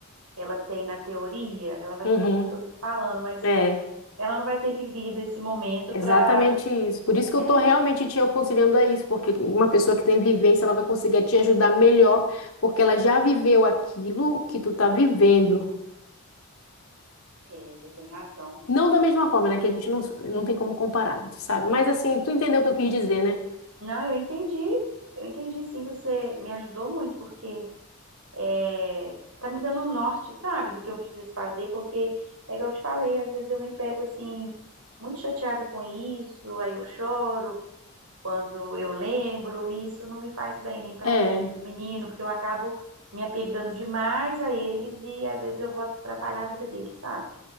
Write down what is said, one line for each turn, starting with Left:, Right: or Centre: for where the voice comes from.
Right: ela tenha na teoria, ela vai
Left: Uhum.
Right: entender o que eu tô falando, mas
Left: É,
Right: ela não vai ter vivido esse momento
Left: exatamente
Right: para.
Left: isso. Por isso que eu
Right: É,
Left: estou realmente te aconselhando a isso, porque uma pessoa que tem vivência, ela vai conseguir te ajudar melhor, porque ela já viveu aquilo que tu tá vivendo.
Right: é, você tem razão.
Left: Não da mesma forma, né? Que a gente não, não tem como comparar, né? Tu sabe? Mas assim, tu entendeu o que eu quis dizer, né?
Right: Não, eu entendi, eu entendi sim, você me ajudou muito, porque é, tá me dando um norte, sabe, do que eu preciso fazer, porque é que eu te falei, às vezes eu me pego assim, muito chateada com isso, aí eu choro quando eu lembro, e isso não me faz bem nem para
Left: É,
Right: mim, nem para os meninos, porque eu acabo me apegando demais a eles e às vezes eu vou atrapalhar a vida deles, sabe?